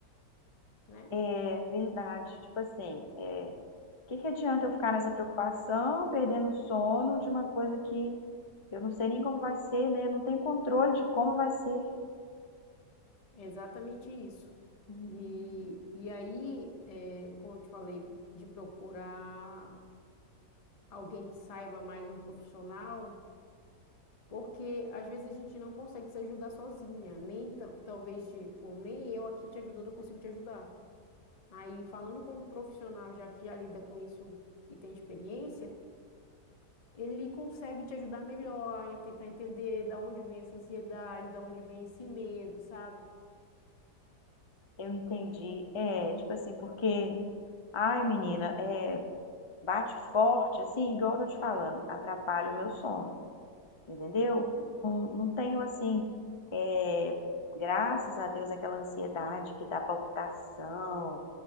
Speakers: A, on the left (about 30°); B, on the left (about 50°).
A: né?
B: É verdade, tipo assim, é, o que que adianta eu ficar nessa preocupação, perdendo o sono de uma coisa que eu não sei nem como vai ser, né? Eu não tenho controle de como vai ser.
A: É exatamente isso.
B: Hum,
A: E, e aí, é, como eu te falei, de procurar alguém que saiba mais um profissional Porque às vezes a gente não consegue se ajudar sozinha, nem ta- talvez, tipo, nem eu aqui te ajudando, eu consigo te ajudar. Aí, falando com um profissional já que já lida com isso e tem experiência, ele consegue te ajudar melhor a tentar entender da onde vem essa ansiedade, da onde vem esse medo, sabe?
B: eu entendi. É, tipo assim, porque, ai, menina, é, bate forte, assim, igual eu tô te falando, atrapalha o meu sono. entendeu?
A: Uhum,
B: Não, não tenho assim, é, graças a Deus, aquela ansiedade que dá palpitação.